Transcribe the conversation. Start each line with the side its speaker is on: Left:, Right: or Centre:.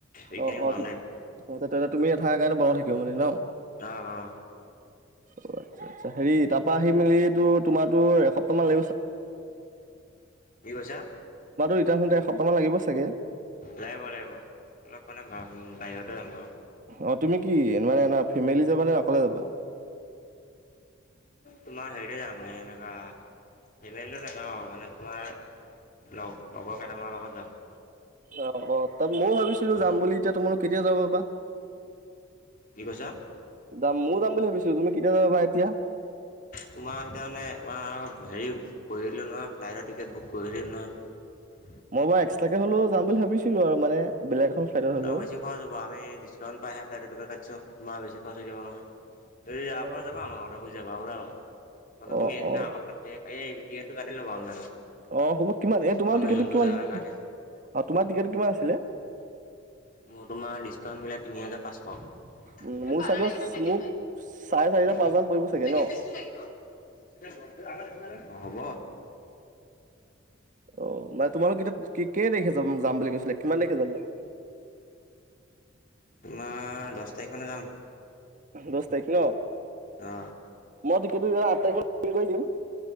Left: এইখিনি
Right: অ অ
Left: বন্ধ থাকিব
Right: তুমি নাথাকা কাৰণে বাও থাকিব মানে ন
Left: অ অ
Right: অ আচ্ছা আচ্ছা হেৰি তাৰ পৰা আহি মেলিটো তোমাৰাতো এহ- <unintelligible> তোমাৰো
Left: কি কৈছা
Right: ৰিটাৰ্ণ হওঁতে এসপ্তাহ মান লাগিব চাগে।
Left: লাগিব লাগিব অলপ মানে বাহিৰতে যামগে বাও।
Right: অ তুমি কি মানে ফেমিলি যাবা নে অকলে যাবা।
Left: তোমাৰ হেৰিতে যাম এনেকা সেবেন্দটেকাৰ অ মানে আমাৰ লগ লগৰ কেইটামানৰ লগত যাম
Right: অ অ তাত ময়ো ভাবিছিলো
Left: অ
Right: যাম বুলি এতিয়া তোমালোক কেতিয়া যাব বা
Left: কি কৈছা?
Right: যাম ময়ো যাম বুলি ভাবিছিলো তুমি কেতিয়া যাবা বা এতিয়া
Left: তোমাৰ সেতা মানে আমাৰ হেৰি কৰি আহিলোঁ নহয় ফ্লাইটৰ টিকেট বুক কৰিলোঁ নহয়।
Right: মই বাৰু এক্সট্ৰাকে হ'লেও যাম বুলি ভাবিছিলো আৰু মানে বেলেগ এখন ফ্লাইটত হ'লেও
Left: ত বেছি খৰচ হ'ব আমি্কাউণ্ট পাইহে ফ্লাইট টিকেট কাটিছো তোমাৰ বেছি খৰচ হৈ যাব নহয়। যদি যাব
Right: অ',
Left: পৰা যাবা আমাৰ লগতে গুচি যাবা। ওলাবা মানে
Right: অ',
Left: তুমি এদিনা
Right: অ',
Left: আগত কাট এই টিকেটটো কাটি ল'বা অনলাইনত।
Right: অ হব কিমান এই তোমাৰ
Left: আমি
Right: টিকেটটো
Left: যোনটো
Right: কিমান
Left: জেগালৈ
Right: অ
Left: কাটিম
Right: তোমাৰ টিকেট কিমান আছিলে?
Left: মোৰ তোমাৰ ডিচকাউণ্ট মিলে তিনি হাজাৰ পাঁচশ। <unintelligible>
Right: উম মোৰ চাগৈ মোক চাৰে চাৰিটা পাঁচটা মান পৰিব চাগে ন
Left: তেনেহলে হ'ব
Right: অ মানে তোমালোক এতিয়া কেই তাৰিখে যাম যাম বুলি কৈছিলে? কিমান তাৰিখে যাবা?
Left: আপোনাৰ দহ তাৰিখমানে যাম।
Right: দশ তাৰিখ ন
Left: অ
Right: মই টিকেটটো আঠ তাৰিখে কৈ দিম।